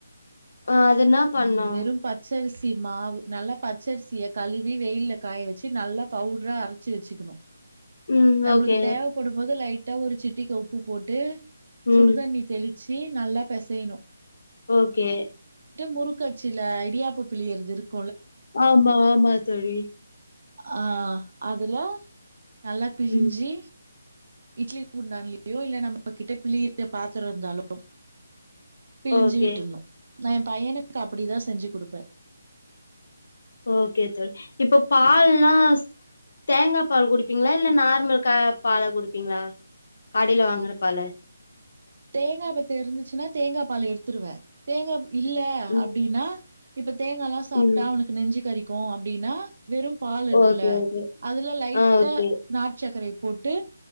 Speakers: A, on the left; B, on the right.
A: ஆ அது என்னா பண்ணு
B: உம் வெறும் பச்சரி சி மாவு நல்லா பச்சரிசிய கழுவி வெயில்ல காய வெச்சி நல்லா பவுட்ரா அரச்சி வெச்சிக்கணு
A: ம்
B: நம்மளுக்கு
A: ஓகே
B: தேவப்படும் போது லைட் டா ஒரு சிட்டிக உப்பு போட்டு
A: ம்
B: சுடுதண்ணி தெளி சி நல்லா பெசயணு
A: ஓகே
B: முருக்கு அச்சுல இடியாப்ப பிளியரது இருக்
A: ஆமா ஆமா தோழி
B: ஆ அதுல நல்லா பிழிஞ்சி
A: ம்
B: இட்லி குண்டான்லையோ இல்ல நம்மகிட்ட பிழியிர பாத்ரொ இருந்தாலு பிழிஞ்சி
A: ஓகே
B: விட்ருணு நா ஏ பையனுக்கு அப்டிதா செஞ்சி குடுப்பே
A: ஓகே தோழி இப்ப பால்லா தேங்காப் பால் குடுப்பீங்களா இல்ல நார்மல் க பால குடுப்பீங்களா கடயில வாங்குற பாலு
B: தேங்கா பத்த இருந்துச்சுன்னா தேங்கா பால் எடுத்துருவ தேங்கா இல்ல
A: ம்
B: அப்டின்னா தேங்காலாம் சாப்பிட்டா
A: ம்
B: அவனுக்கு நெஞ்சு கறிக்கு கோ அப்படின்னா வெறும் பால் இருக்குல
A: ஓகே ஓகே
B: அதுல லைட்டா
A: ஆ ஓகே
B: நாட்டு சக்கரை போட்டு